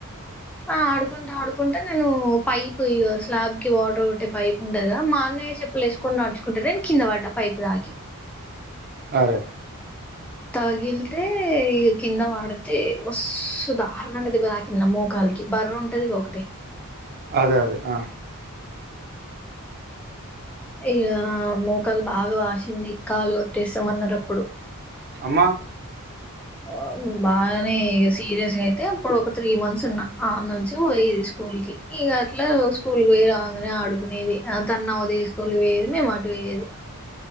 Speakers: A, in the centre; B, on the right.
A: ఆ ఆడుకుంట ఆడుకుం అ నేను పైప్ ఇగా స్లాబ్ కి వాటర్ కొట్టే పైప్ ఉంటది కదా మా అన్నయ్య చెప్పులు వేసుకొని నడుచుకుంట నేను కింద పడ్డా పైపు తాకి
B: అరే
A: తగిలితే ఇగా కింద వడితే మస్తు దారుణంగ దెబ్బ తాకింది ఆమ్మో మోకాలికి బర్ ఉంటది. ఒకటే
B: అదే అదే ఆ
A: ఇగ మోకాలు బాగా వాషింది. కాలు కొట్టేస్తామన్నరు అప్పుడు
B: అమ్మ
A: ఆ బానే సీరియస్గా అయితే అప్పుడు ఒక త్రీ మంత్స్ ఉన్నా ఆ నుంచి పోయేది స్కూల్ కి ఇగా అట్లా స్కూల్ కి పోయి రాంగనే ఆడుకునేది. ఆ తను నవోదయ స్కూల్కి పోయేది. మేము అటు పోయేది.